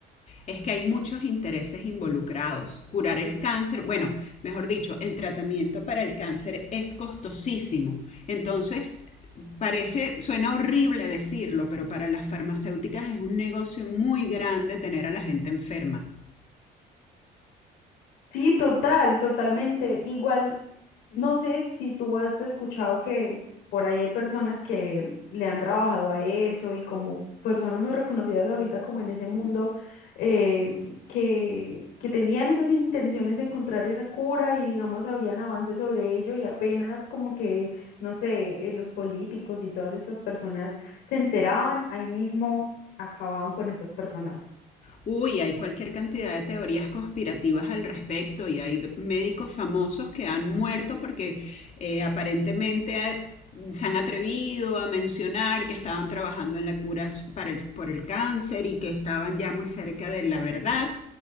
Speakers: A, on the left (about 45°); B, on the left (about 85°).
A: es que hay muchos intereses involucrados. Curar el cáncer, bueno, mejor dicho, el tratamiento para el cáncer es costosísimo. Entonces, parece, suena horrible decirlo, pero para las farmacéuticas es un negocio muy grande tener a la gente enferma.
B: Sí, total, totalmente. Igual, no sé si tú has escuchado que por ahí hay personas que le han trabajado a eso y como personas muy reconocidas ahorita como en ese mundo, eh, que, que tenían esas intenciones de encontrar esa cura y digamos habían avances sobre ello y apenas como que, no sé, eh, los políticos y todas estas personas se enteraban, ahí mismo acababan con estas personas. <gasps>
A: Uy, hay cualquier cantidad de teorías conspirativas al respecto y hay d- médicos famosos que han muerto porque eh, aparentemente eh, se han atrevido a mencionar que estaban trabajando en la cura s- para el- por el cáncer y que estaban ya muy cerca de la verdad